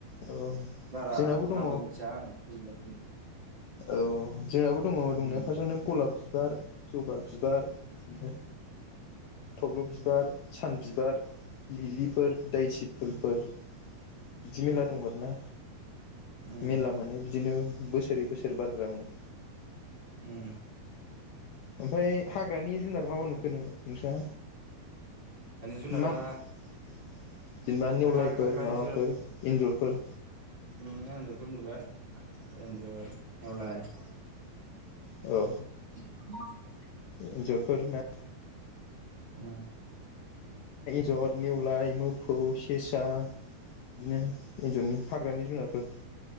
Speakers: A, on the left (about 75°); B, on the right (about 45°).
A: औ
B: बारा
A: जोंनाबो दङ
B: नामबो मिथिया आङो <unintelligible>
A: औ जोंनाबो दङ दंनाया
B: उम
A: फार्स्टआवनो गलाब बिबार जबा बिबार बिदिनो थब्ल बिबार सान बिबार लिलिफोर दै सिब फुलफोर बिदि मेरला दं आरोना
B: हाग्रानि
A: मेरला माने बिदिनो बोसोरै बोसो बारग्रा मोनो
B: उम
A: ओमफ्राय हाग्रानि जुनार मा मा नुखो नोङो नोंस्रा
B: जुनारा
A: मा जेनेबा निवलायफोर
B: हाग्रानि
A: माबाफोर इन्जरफोर
B: नुनाया एनजरफोर नुबाय एन्जर नेवलाय
A: औ
B: <inaudible>
A: इन्जरफोर ना
B: उम
A: जर नेवलाय मोफौ सेसा बिदिनो एन्जरनि हाग्रानि जुनारफोर